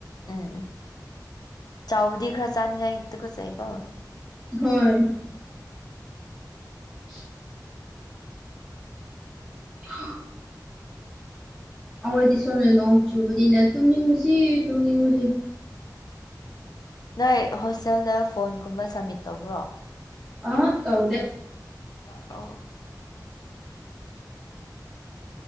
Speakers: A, on the left (about 65°); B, in the centre.
A: ꯎꯝ ꯆꯥꯎꯕꯗꯤ ꯈꯔ ꯆꯥꯅꯤꯡꯉꯥꯏ ꯑꯗꯨꯒꯒꯆꯩꯀꯣ
B: ꯍꯣꯏ <inaudible> ꯍꯥ ꯑꯩꯈꯣꯏꯗꯤ ꯁꯣꯝꯅ ꯅꯣꯡ ꯆꯨꯕꯅꯤꯅ ꯇꯨꯝꯅꯤꯡꯕꯁꯤ ꯇꯨꯝꯅꯤꯡꯕꯁꯤ
A: ꯅꯣꯏ ꯍꯣꯁꯇꯦꯜꯗ ꯐꯣꯟꯒꯨꯝꯕ ꯁꯝꯃꯤꯠ ꯇꯧꯕ꯭ꯔꯣ
B: ꯑꯥ ꯇꯧꯗꯦ
A: ꯑ <inaudible> <unintelligible>